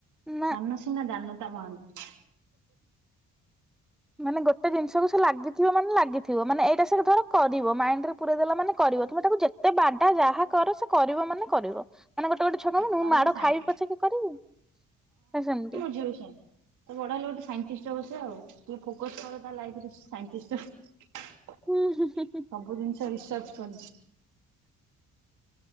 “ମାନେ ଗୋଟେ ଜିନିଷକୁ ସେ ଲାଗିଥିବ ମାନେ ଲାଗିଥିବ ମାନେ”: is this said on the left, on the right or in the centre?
Centre